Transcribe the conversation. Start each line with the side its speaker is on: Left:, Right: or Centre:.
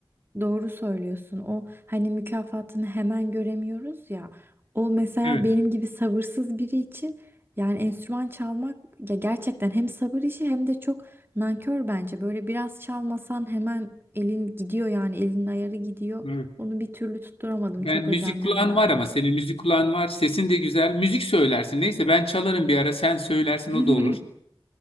Right: Doğru söylüyorsun. O hani mükafatını hemen göremiyoruz ya. O mesela
Left: Evet,
Right: benim gibi sabırsız biri için yani enstrüman çalmak ya gerçekten hem sabır işi hem de çok nankör bence. Böyle biraz çalmasan hemen elin gidiyor yani elin ayarı gidiyor.
Left: evet.
Right: Onu bir türlü tutturamadım
Left: Ben
Right: çok
Left: müzik
Right: özenmeme
Left: kulağın
Right: rağmen.
Left: var ama senin müzik kulağın var. Sesin de güzel. Müzik söylersin. Neyse ben çalarım bir ara. Sen söylersin
Right: <laughs>
Left: o da olur.